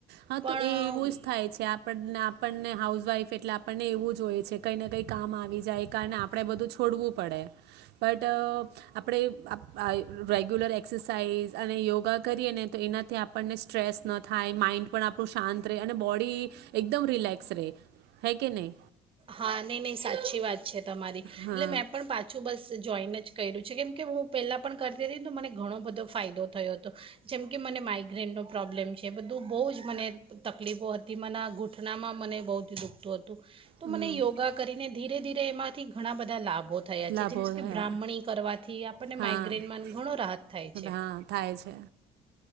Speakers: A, on the right; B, on the right.
A: હા
B: પણ
A: તો એ એવો જ થાય છે આપણને આપણને હાઉસવાઈફ એટલે આપણને એવું જ હોય છે કંઈ ને કંઈ કામ આવી જાય કારણે આપણે બધું છોડવું પડે બટ આપણે રેગ્યુલર એક્સરસાઇઝ અને યોગા કરીએ ને તો એનાથી આપણને સ્ટ્રેસ ન થાય માઇન્ડ આપણુ શાંત રહે અને બ બડી એકદમ રિલેક્સ રહે હે કે નહી
B: હા નહી નહી સાચી વાત. છે તમારી.
A: હા
B: એટલે મેં પણ પાછું બસ જોઈન જ કર્યું છે કેમ કે હું પહેલાં પણ કરતી હતી ન તો મને ઘણો બધો ફાયદો થયો હતો. જેમ કે, મને માઇગ્રેનનો પ્રોબ્લેમ છે બધું બોઉ જ મને તકલીફો હતી મન ગૂંઠણામાં મને બો જ દુઃખતું હતું. તો
A: હમ
B: મને યોગા કરીને ધીરે ધીરે એમાંથી ઘણા બધા લાભ ભો થયા
A: લાભો
B: છે જેન્સ કે
A: થયા
B: બ્રાહ્મણી કરવાથી આપ પણને
A: હા
B: માઈગ્રેનમાં ન ઘણો રાહત થાય છે.
A: હા થાય છે